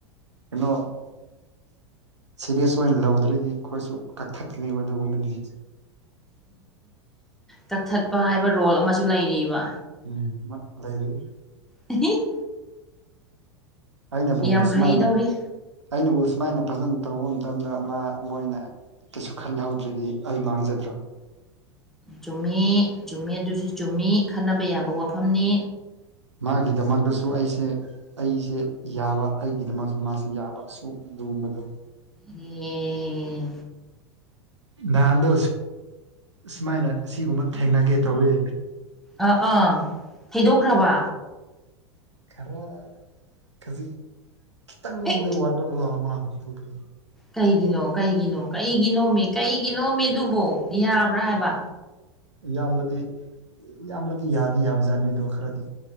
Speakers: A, on the right (about 80°); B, in the centre.
A: ꯀꯩꯅꯣ ꯁꯦꯔꯤꯌꯁ ꯑꯣꯏꯅ ꯂꯧꯗ꯭ꯔꯗꯤ ꯑꯩꯈꯣꯏꯁꯨ ꯀꯛꯊꯠꯀꯅꯤ ꯑꯗꯨꯒꯨꯝꯕꯗꯨꯗꯤ
B: ꯀꯛꯊꯠꯄ ꯍꯥꯏꯕ ꯔꯣꯜ ꯑꯃꯁꯨ ꯂꯩꯔꯤꯕ
A: ꯎꯝ ꯂꯩ ꯂꯩꯔꯤ
B: ꯍ <unintelligible>
A: ꯑꯩꯅꯕꯨ
B: ꯌꯥꯝ
A: ꯁꯨꯃꯥꯏꯅ
B: ꯍꯩꯗꯧꯔꯤ
A: ꯑꯩꯅꯕꯨ ꯁꯨꯃꯥꯏꯅ ꯐꯖꯅ ꯇꯧꯕ ꯃꯇꯝꯗ ꯃꯥ ꯃꯣꯏꯅ ꯇꯁꯨ ꯈꯜꯍꯧꯗ꯭ꯔꯗꯤ ꯑꯩ ꯃꯥꯡꯖꯗ꯭ꯔꯣ
B: ꯆꯨꯝꯃꯤ ꯆꯨꯝꯃꯤ ꯑꯗꯨꯁꯨ ꯆꯨꯝꯃꯤ ꯈꯟꯅꯕ ꯌꯥꯕ ꯋꯥꯐꯝꯅꯤ
A: ꯃꯥꯒꯤꯗꯃꯛꯇꯁꯨ ꯑꯩꯁꯦ ꯑꯩꯁꯦ ꯌꯥꯕ ꯑꯩꯒꯤꯗꯃꯛꯁꯨ ꯃꯥꯁꯦ ꯌꯥꯕ ꯁꯨ ꯅꯣꯝꯕꯗꯣ
B: ꯑꯦ
A: ꯅꯍꯥꯟꯗꯣ ꯁꯨꯃꯥꯏꯅ ꯁꯤꯒꯨꯝꯕ ꯊꯦꯡꯅꯒꯦ ꯇꯧꯋꯦ
B: ꯑꯥ ꯑꯥ ꯊꯩꯗꯣꯛꯈ꯭ꯔꯕ
A: ꯈꯔ ꯈꯥꯖꯤꯛ ꯈꯤꯇꯪꯗ
B: ꯑꯦ
A: ꯋꯥꯠꯄꯗꯣ ꯃꯥꯛ ꯑꯗꯨꯒꯤ
B: ꯀꯩꯒꯤꯅꯣ ꯀꯩꯒꯤꯅꯣ ꯀꯩꯒꯤꯅꯣꯃꯦ ꯀꯩꯒꯤꯅꯣꯃꯦ ꯑꯗꯨꯕꯣ ꯌꯥꯕ꯭ꯔꯥ ꯍꯥꯏꯕ
A: ꯏꯌꯥꯝꯕꯗꯤ ꯌꯥꯝꯕꯗꯤ ꯌꯥꯗꯤ ꯌꯥꯕꯖꯥꯠꯅꯤ ꯑꯗꯨꯒ ꯈꯔꯗꯤ